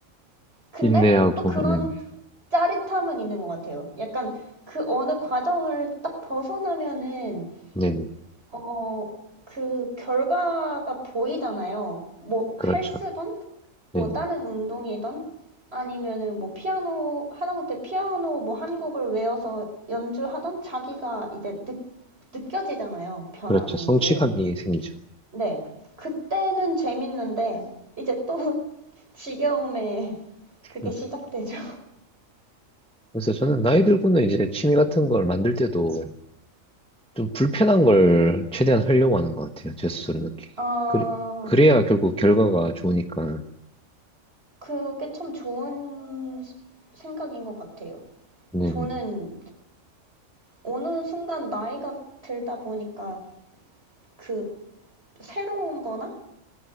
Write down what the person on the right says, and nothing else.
근데
또 그런
짜릿함은 있는 것 같아요. 약간 그 어느 과정을 딱 벗어나면은,
어, 그 결과가 보이잖아요. 뭐
헬스든, 뭐
다른 운동이든, 아니면은 뭐 피아노, 하다못해 피아노 뭐 한 곡을 외워서 연주하던 자기가 이제 느, 느껴지잖아요. 변한
게.
네. 그때는 재밌는데, 이제 또 <laughs> 지겨움에 그게
시작되죠.
<laughs> 어,
그게 참 좋은 생각인 것 같아요.
저는 어느 순간 나이가 들다 보니까 그 새로운 거나,